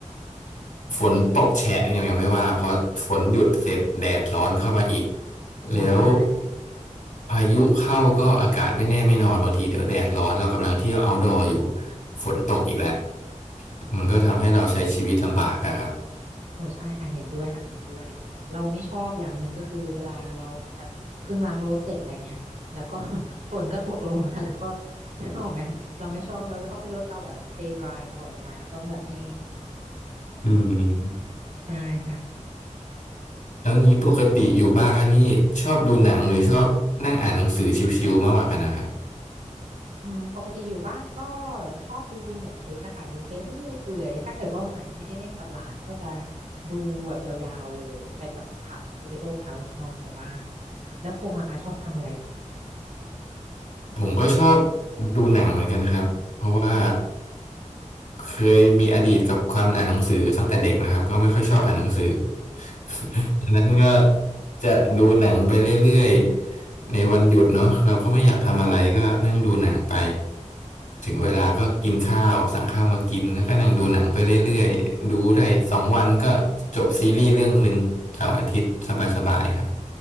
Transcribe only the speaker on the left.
ฝนตกแฉะยังยังไม่ว่าเพราะฝนหยุดเสร็จแดดร้อนเข้ามาอีก
แล้วพายุเข้าก็อากาศไม่แน่ไม่นอนบางทีเดี๋ยวแดดร้อนเรากำลังเที่ยว outdoor อยู่ฝนตกอีกแล้วมันก็ทำให้เราใช้ชีวิตลำบากอะครับ
อืม
แล้วงี้ปกติอยู่บ้านนี่ชอบดูหนังหรือชอบนั่งอ่านหนังสือชิวๆมากกว่ากันนะครับ
ผมก็ชอบดูหนังเหมือนกันครับเพราะว่าเคยมีอดีตกับการอ่านหนังสือตั้งแต่เด็กนะครับก็ไม่ค่อยชอบอ่านหนังสือ
<laughs> ดังนั้นก็จะดูหนังไปเรื่อยๆในวันหยุดเนาะเราก็ไม่อยากทำอะไรก็นั่งดูหนังไปถึงเวลาก็กินข้าวสั่งข้าวมากินแล้วก็นั่งดูหนังไปเรื่อยๆดูได้สองวันก็จบซีรีส์เรื่องหนึ่งเสาร์อาทิตย์สบายๆครับ